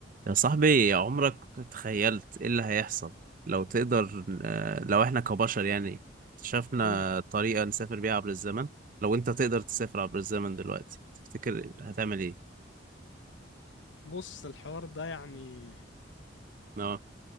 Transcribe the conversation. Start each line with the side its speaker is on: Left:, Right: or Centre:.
Right: يا صاحبي عمرك تخيلت ايه اللي هيحصل لو تقدر آه، لو احنا كبشر يعني شفنا
Left: امم
Right: طريقة نسافر بيها عبر الزمن لو انت تقدر تسافر عبر الزمن دلوقتي تفتكر هتعمل ايه؟
Left: بص الحوار ده يعني
Right: اه